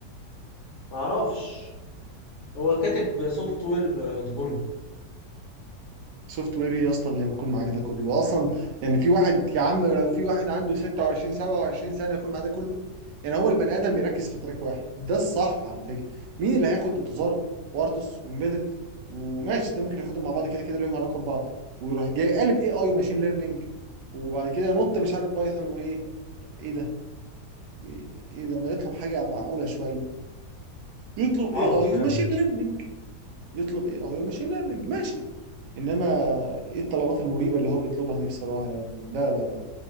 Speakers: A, on the left (about 65°); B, on the right (about 85°).
A: ما اعرفش هو كاتب سوفت وير ديفلوبر
B: سوفت وير ايه يا اسطى اللي بيكون معاك ده كله واصلا يعني في واحد يا عم لو في واحد عنده 26 27 سنه يكون معاه ده كله يعني هو البني ادم بيركز في تراك واحد ده الصح على فكره مين اللي هياخد اوتوزار وارتوس وامبيدد وماشي ده ممكن ياخدهم مع بعض كده كده ليهم علاقه ببعض ويروح جاي قالب اي اي وماشين ليرنينج وبعد كده نط مش عارف بايثون وايه طب ايه ده ايه إيه ده ما يطلب حاجه معقوله شويه يطلب اي
A: عبط
B: اي
A: فعلا
B: وماشين ليرنينج يطلب اي اي وماشين ليرنينج ماشي انما ايه الطلبات المريبه اللي هو بيطلبها دي بصراحه يعني لا لا لا